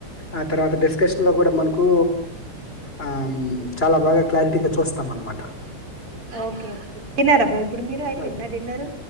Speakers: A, on the left; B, on the right.
A: ఆ తర్వాత డిస్కషన్ లో కూడా మనకు ఆ చాలా బాగా క్లారిటీగా చూస్ తమ్ అనమాట
B: ఓకే ఓకే తిన్నారా బ్రో ఇప్పుడు మీరు అయిపోయిందా
A: ఓకే.
B: డిన్నరు